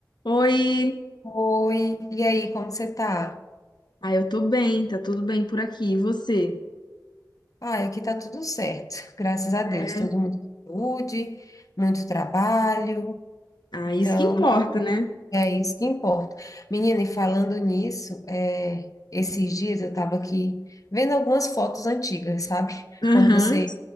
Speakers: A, on the left (about 85°); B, on the left (about 50°).
A: Oi!
B: Oi, e aí, como você tá?
A: Ah, eu tô bem, tá tudo bem por aqui. E você?
B: Ai, aqui tá tudo certo, <laughs> graças a Deus.
A: É.
B: Todo mundo com saúde, muito trabalho,
A: Ah,
B: então
A: isso que importa, né?
B: é isso que importa. Menina, e falando nisso, é, esses dias eu tava aqui vendo algumas fotos antigas, sabe?
A: Aham,
B: Quando você,